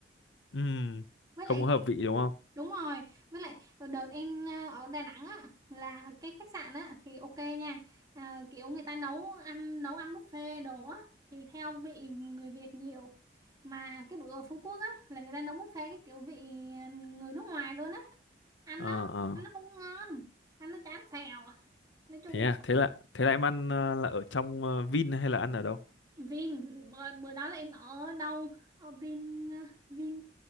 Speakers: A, on the left (about 80°); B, on the right (about 20°).
A: Ừm,
B: với
A: không
B: lại
A: có hợp vị đúng không
B: đúng rồi với lại đợt em ờ, ở Đà Nẵng á là cái khách sạn á thì ok nha à, kiểu người ta nấu ăn nấu ăn buffet đồ á thì theo vị người Việt nhiều mà cái bữa ở Phú Quốc á là người ta nấu buffet cái kiểu vị ờ, người nước ngoài luôn á ăn
A: ờ
B: nó
A: ờ
B: ăn nó không ngon ăn nó chán phèo nói chung
A: thế à thế là thế là em ăn à, là ở trong à, Vin hay là ăn ở đâu
B: Vin bữa, bữa đó là em ở đâu ở Vin ờ, Vin